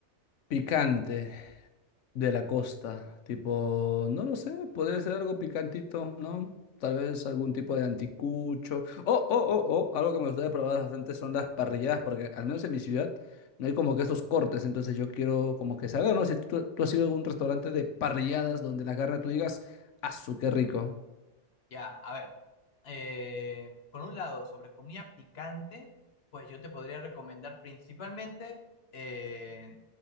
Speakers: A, on the left; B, on the left.
A: picante de la costa. Tipo, no lo sé, podría ser algo picantito, ¿no? Tal vez algún tipo de anticucho. Oh, oh, oh, oh, algo que me gustaría probar bastante son las parrilladas, porque al menos en mi ciudad no hay como que esos cortes, entonces yo quiero como que saber, ¿no? Si tú, tú has ido a algún restaurante de parrilladas donde la carne tú digas, ¡asu, qué rico!
B: Ya, a ver. eh, por un lado, sobre comida picante, pues yo te podría recomendar principalmente eh,